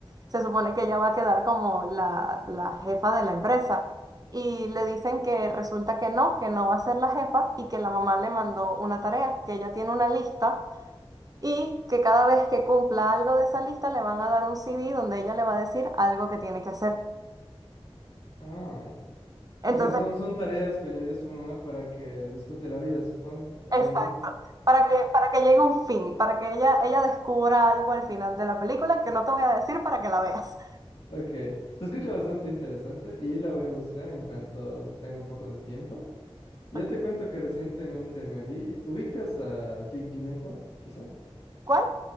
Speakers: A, on the right (about 40°); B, on the left (about 75°).
A: se supone que ella va a quedar como la, la jefa de la empresa. Y le dicen que resulta que no, que no va a ser la jefa y que la mamá le mandó una tarea, que ella tiene una lista y que cada vez que cumpla algo de esa lista le van a dar un CD donde ella le va a decir algo que tiene que hacer.
B: Ah,
A: Entonces,
B: o sea, son, son tareas que le dio su mamá para que disfrute la vida, supongo, o
A: exacto,
B: algo así.
A: para que, para que llegue a un fin, para que ella, ella descubra algo al final de la película que no te voy a decir para que la veas.
B: Ok, se escucha bastante interesante y la voy a buscar en cuanto tenga un poco de tiempo. Yo
A: Ok,
B: te cuento que recientemente me vi, ¿ubicas a Jake Gyllenhaal, quizá?
A: ¿Cuál?